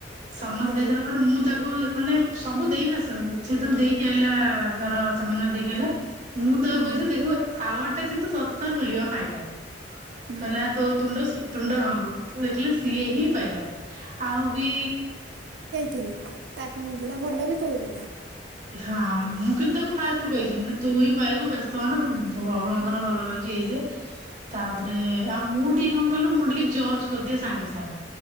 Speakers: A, on the right; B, on the right.
A: ସମସ୍ତେ
B: ହୁଁ
A: ଦେଇ ସାରିଲା ପରେ ମୁଁ ତାକୁ ମାନେ ସବୁ ଦେଇନ ଚରଙ୍ଗ ସେ ଯେତେବେଳେ ଦେଇକି ଆଇଲା ତାର ସେମିନାର ଦେଇକି ଆଇଲା ମୁଁ ତାକୁ
B: ହୁଁ
A: କହିଥିଲି ଦେଖିବୁ ଏ ଆଉଆଡ ସେଟା କିନ୍ତୁ ସତ ମିଳିବ ଫାଇନାଲ
B: ହୁଁ
A: କହିଲା ତୋ ତୁଣ୍ଡସୁତୁଣ୍ଡ ହଉ‌। ମୁଁ ଦେଖିଲି ସିଏ ହିଁ ପାଇଲା ଆଉ ବି
B: ଥିଲ ତାକୁ ମିଳଥିଲା ଭଲ ବି କହୁଥିଲା।
A: ହଁ ମୁଁ କିନ୍ତୁ ତାକୁ ଫାଷ୍ଟ
B: ତୋର
A: ରୁ କହିଛି ମୁଁ କହିଲି ତୁ ହିଁ ପାଇବୁ ବ୍ୟସ୍ତ ତହ ନା ତୁ ବ ମତେ ଭଲ କହିଛି ଇଏ ସିଏ ତାପରେ ଆଉ ମୁଁ ଟିକେ କଣ କହିଲୁ ମୁଁ ଟିକେ ଜଜ୍ କରିଦିଏ ସାଙ୍ଗେ ସାଙ୍ଗେ।